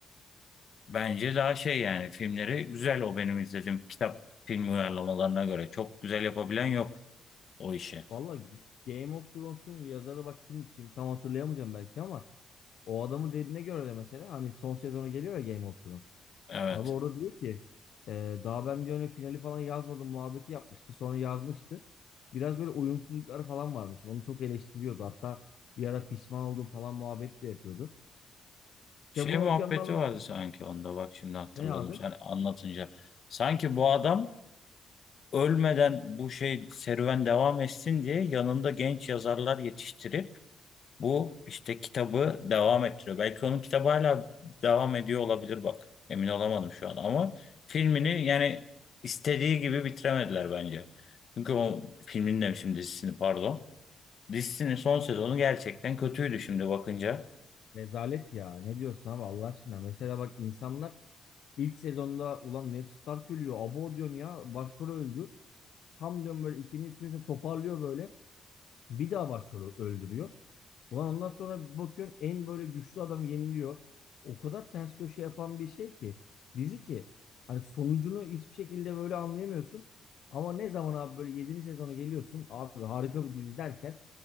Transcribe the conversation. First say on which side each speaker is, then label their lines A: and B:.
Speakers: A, on the left (about 55°); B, on the left (about 75°).
A: bence daha şey yani filmleri güzel o benim izlediğim kitap film uyarlamalarına göre. Çok güzel yapabilen yok o işi.
B: Vallahi Game of Thrones'un yazarı bak kim, kim tam hatırlayamayacağım belki ama o adamın dediğine göre de mesela hani son sezonu geliyor ya Game of Thrones.
A: Evet.
B: Abi orada diyor ki e, daha ben diyor hani finali falan yazmadım muhabbeti yapmıştı. Sonra yazmıştı. Biraz böyle uyumsuzluklar falan varmış. Onu çok eleştiriyordu. Hatta bir ara pişman oldum falan muhabbet de yapıyordu. Kitabını
A: Şey muhabbeti
B: okuyanlar da
A: vardı sanki onda bak şimdi hatırladım
B: ne abi?
A: sen anlatınca. Sanki bu adam ölmeden bu şey serüven devam etsin diye yanında genç yazarlar yetiştirip bu işte kitabı devam ettiriyor. Belki onun kitabı hala devam ediyor olabilir bak. Emin olamadım şu an ama filmini yani istediği gibi bitiremediler bence. Çünkü o filmin demişim dizisini pardon. Dizisinin son sezonu gerçekten kötüydü şimdi bakınca.
B: Rezalet ya. Ne diyorsun abi Allah aşkına? Mesela bak insanlar ilk sezonda ulan Ned Stark ölüyor. Abo diyorsun ya. Başrol öldü. Tam diyorum böyle ikinci, üçüncü sezon toparlıyor böyle. Bir daha başrolü öldürüyor. Ulan ondan sonra bakıyorsun en böyle güçlü adam yeniliyor. O kadar ters köşe yapan bir şey ki dizi ki hani sonucunu hiçbir şekilde böyle anlayamıyorsun. Ama ne zaman abi böyle 7. sezona geliyorsun abi harika bir dizi derken